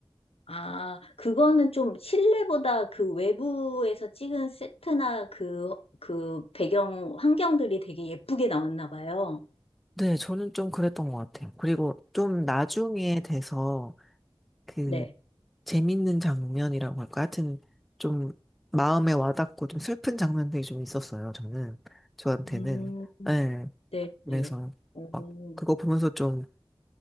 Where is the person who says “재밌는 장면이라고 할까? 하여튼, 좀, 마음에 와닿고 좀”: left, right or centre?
Centre